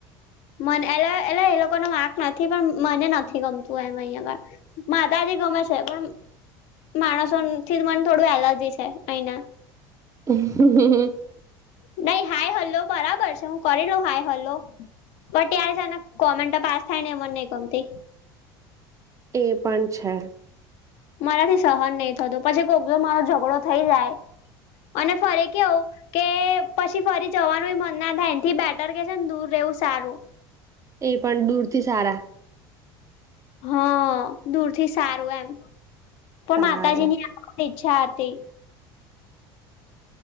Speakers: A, on the left; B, on the right.
A: મને એલે એટલે એ લોકોનો વાંક નથી પણ મને નથી ગમતું એમ અહિ આગળ. માતાજી ગમે છે, પણ માણસોથી થી મને થોડું એલર્જી છે અહીના
B: હ
A: નઈ હાય હલ્લો બરાબર છે. હું કરી લઉ હાય હલો. બટ યાર છે ને કોમેન્ટ પાસ થાયને એ મન નહી ગમતી.
B: એ પણ છે.
A: મારાથી સહન નહી થતું પછી કોઈક મારો ઝઘડો થઈ જાય. અને ફરી કેવું? કે પછી ફરી જવાનું એ મનના થાય એથી બેટર કે છે ને દૂર રહેવું સારું.
B: એ પણ દૂરથી સારા.
A: હ, દૂરથી સારું એમ પણ
B: તારે
A: માતાજીની ઈચ્છા હતી.